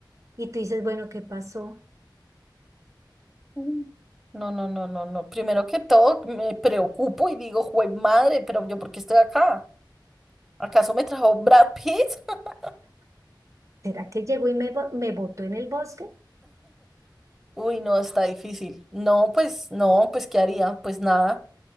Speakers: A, on the right; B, in the centre.
A: Y tú dices, bueno, ¿qué pasó?
B: Mm. No, no, no, no, no. Primero que todo, me preocupo y digo, jue madre, pero yo, ¿por qué estoy acá? ¿Acaso me trajo Brad Pitt? <laughs>
A: ¿Será que llegó y me, bo- me botó en el bosque?
B: Uy, no, está difícil. No, pues, no, pues, ¿qué haría? Pues nada.